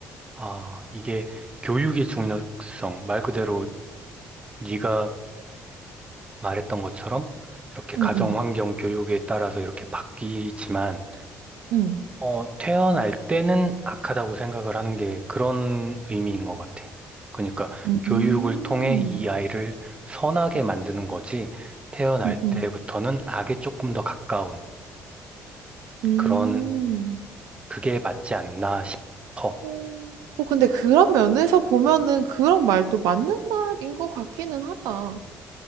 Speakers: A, on the right (about 20°); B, on the right (about 80°).
A: 아, 이게 교육의 중요성. 말 그대로 네가 말했던 것처럼 이렇게 가정
B: 응, 응.
A: 환경 교육에 따라서 이렇게 바뀌지만
B: 응.
A: 어, 태어날 때는 악하다고 생각을 하는 게 그런 의미인 것 같아. 그러니까
B: 음,
A: 교육을
B: 음,
A: 통해 이 아이를 선하게 만드는 거지, 태어날
B: 음.
A: 때부터는 악에 조금 더 가까운
B: 음.
A: 그런, 그게 맞지 않나 싶어.
B: 음. 뭐 근데 그런 면에서 보면은 그런 말도 맞는 말인 것 같기는 하다.